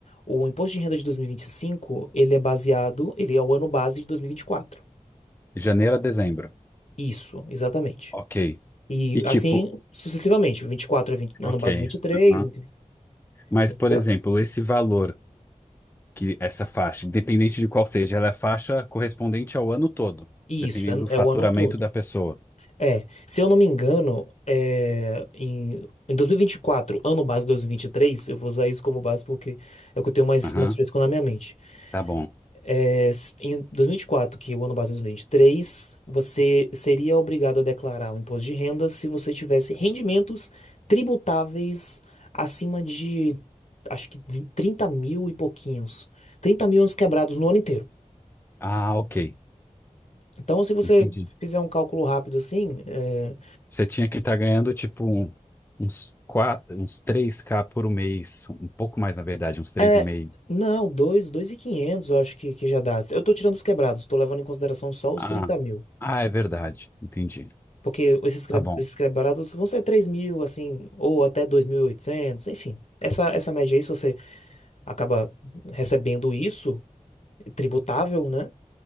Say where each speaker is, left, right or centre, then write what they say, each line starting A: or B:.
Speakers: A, on the left (about 60°); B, on the left (about 15°).
A: o imposto de renda de dois mil e e vinte e cinco ele é baseado, ele é o ano base de dois mil e e vinte e quatro,
B: Janeiro a dezembro.
A: Isso, exatamente.
B: Ok.
A: E
B: E tipo,
A: assim, sucessivamente, 24 é 20, ano
B: ok.
A: base 23,
B: Uhum.
A: ent-
B: Mas,
A: entendeu?
B: por exemplo, esse valor, que essa faixa, independente de qual seja, ela é a faixa correspondente ao ano todo,
A: Isso,
B: dependendo
A: é,
B: do faturamento
A: é o ano todo.
B: da pessoa.
A: É, se eu não me engano, é, em, em dois mil e vinte e quatro ano base dois mil e e vinte e três eu vou usar isso como base porque é o que eu tenho mais,
B: Aham,
A: mais fresco na minha mente.
B: Tá bom.
A: É, s- em 2024, que é o ano base é 2023, você seria obrigado a declarar o imposto de renda se você tivesse rendimentos tributáveis acima de, acho que 20 30 mil e pouquinhos. 30 mil uns quebrados no ano inteiro.
B: Ah, ok.
A: Então, se você
B: Entendi.
A: fizer um cálculo rápido assim, é,
B: Você tinha que estar ganhando tipo um- uns quatro, uns três k por mês, um pouco mais na verdade, uns três
A: é,
B: e meio.
A: não, 2, 2.500 eu acho que, que já dá. Eu tô tirando os quebrados, tô levando em consideração só os
B: Ah,
A: 30 mil.
B: ah, é verdade. Entendi.
A: Porque esses, cre-
B: Tá bom.
A: esses quebrados vão ser três mil, assim, ou até 2.800 enfim. Essa, essa média aí, se você acaba recebendo isso, tributável, né?